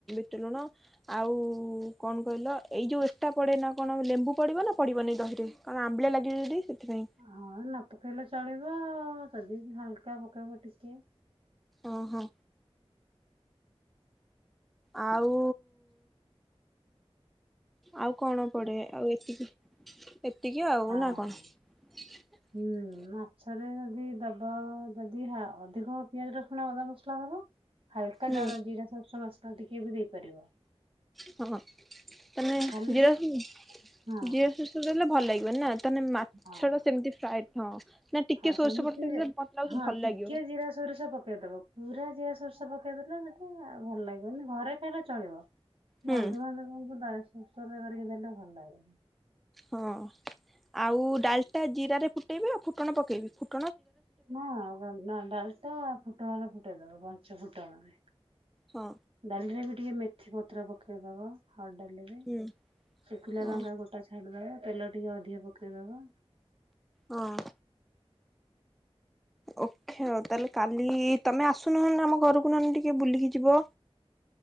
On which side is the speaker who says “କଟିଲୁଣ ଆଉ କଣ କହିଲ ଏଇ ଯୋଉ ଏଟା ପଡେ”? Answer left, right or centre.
Centre